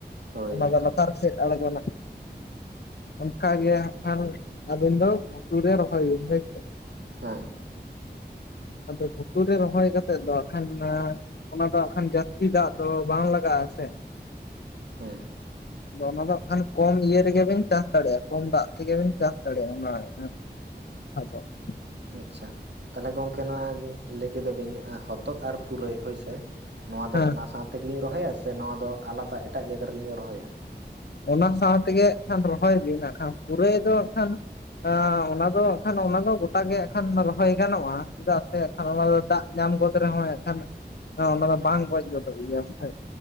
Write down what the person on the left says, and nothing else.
ᱚᱱᱟ
ᱫᱚ ᱞᱟᱛᱟᱨ ᱥᱮᱫ ᱟᱲᱜᱳᱱᱟ ᱚᱱᱠᱟ ᱜᱮ ᱦᱟᱸᱜ ᱠᱷᱟᱱ ᱟᱵᱤᱱ ᱫᱚ ᱜᱷᱩᱴᱩ ᱨᱮ ᱨᱚᱦᱚᱭ ᱵᱤᱱ ᱦᱳᱭ ᱥᱮ᱾
ᱟᱫᱚ ᱵᱷᱩᱴᱩ ᱨᱮ ᱨᱚᱦᱚᱭ ᱠᱟᱛᱮᱫ ᱫᱚ ᱟᱠᱷᱟᱱ ᱢᱟ ᱚᱱᱟ ᱫᱚᱜ ᱦᱟᱸᱜ ᱠᱷᱟᱱ ᱡᱟᱹᱥᱛᱤ ᱫᱟᱜ ᱫᱚ ᱵᱟᱝ ᱞᱟᱜᱟᱜ-ᱟ ᱥᱮ?
ᱟᱫᱚ ᱚᱱᱟ ᱫᱚ ᱦᱟᱜ ᱠᱷᱟᱱ ᱠᱚᱢ ᱤᱭᱟᱹ ᱨᱮᱜᱮ ᱵᱤᱱ ᱪᱟᱥ ᱫᱟᱲᱮᱜᱼᱟ ᱠᱚᱢ ᱫᱟᱜ ᱛᱮᱜᱮ ᱵᱤᱱ ᱪᱟᱥ ᱫᱟᱲᱮᱜᱼᱟ ᱚᱱᱟ ᱦᱮ <unintelligible>
ᱦᱮᱸ
ᱚᱱᱟ ᱥᱟᱶ ᱛᱮᱜᱮ ᱦᱟᱸᱜ ᱠᱷᱟᱱ ᱨᱚᱦᱚᱭ ᱵᱤᱱ ᱦᱟᱜ ᱠᱷᱟᱱ ᱯᱩᱨᱟᱹᱭ ᱫᱚ ᱦᱟᱸᱜ ᱠᱷᱟᱱᱼᱼ ᱟᱸ ᱚᱱᱟ ᱫᱚ ᱦᱟᱸᱜ ᱠᱷᱟᱱ ᱚᱱᱟ ᱫᱚ ᱜᱚᱴᱟ ᱜᱮ ᱦᱟᱸᱜ ᱠᱷᱟᱱ ᱨᱚᱦᱚᱭ ᱜᱟᱱᱚᱜᱼᱟ, ᱪᱮᱫᱟᱜ ᱥᱮ ᱦᱟᱸᱜ ᱠᱷᱟᱱ ᱚᱱᱟ ᱫᱚ ᱫᱟᱜ ᱧᱟᱢ ᱜᱚᱫ ᱨᱮᱦᱚᱭ ᱦᱟᱸᱜ ᱠᱷᱟᱱ ᱚᱱᱟ ᱫᱚ ᱵᱟᱝ ᱜᱚᱡ ᱜᱚᱫᱚᱜ ᱜᱮᱭᱟ ᱥᱮ᱾